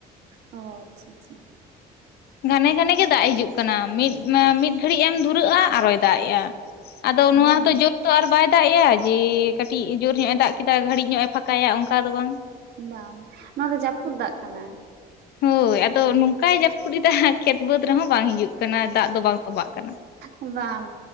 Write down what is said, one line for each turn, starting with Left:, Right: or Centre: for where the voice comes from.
Right: ᱚ, ᱟᱪᱪᱷᱟ ᱟᱪᱪᱷᱟ
Left: ᱜᱷᱟᱱᱮ ᱜᱷᱟᱱᱮ ᱜᱮ ᱫᱟᱜ ᱦᱤᱡᱩᱜ ᱠᱟᱱᱟ ᱢᱤᱫ ᱢᱟ ᱢᱤᱫ ᱜᱷᱟᱹᱲᱤᱡ ᱮᱢ ᱫᱷᱩᱨᱟᱹᱜᱼᱟ ᱟᱨᱚᱭ ᱫᱟᱜ ᱮᱜᱼᱟ ᱟᱫᱚ
Right: ᱦᱮᱸ
Left: ᱱᱚᱣᱟ ᱦᱚᱸᱛᱚ ᱡᱳ ᱛᱚ ᱟᱨ ᱵᱟᱭ ᱫᱟᱜ ᱮᱜᱼᱟ ᱡᱮ ᱠᱟᱹᱴᱤᱡ ᱡᱳᱨ ᱧᱚᱜ-ᱮ ᱫᱟᱜ ᱠᱮᱫᱟ ᱜᱷᱟᱹᱲᱤᱡ ᱧᱚᱜ-ᱮ ᱯᱷᱟᱸᱠᱟᱭᱟ ᱚᱝᱠᱟ ᱫᱚ ᱵᱟᱝ
Right: ᱵᱟᱝ-ᱵᱟ ᱱᱚᱭᱟ ᱫᱚ ᱡᱟᱹᱯᱩᱫ ᱫᱟᱜ ᱠᱟᱱᱟ
Left: ᱦᱳᱭ ᱟᱫᱚ ᱱᱚᱝᱠᱟᱭ ᱡᱟᱹᱯᱩᱫ ᱮᱫᱟ ᱠᱷᱮᱛ ᱵᱟᱹᱫᱽ ᱨᱮᱦᱚᱸ ᱵᱟᱝ ᱦᱤᱡᱩᱜ ᱠᱟᱱᱟ ᱫᱟᱜ ᱫᱚ ᱵᱟᱝ ᱛᱚᱸᱵᱟᱜ ᱠᱟᱱᱟ
Right: ᱵᱟᱝ ᱵᱟᱝ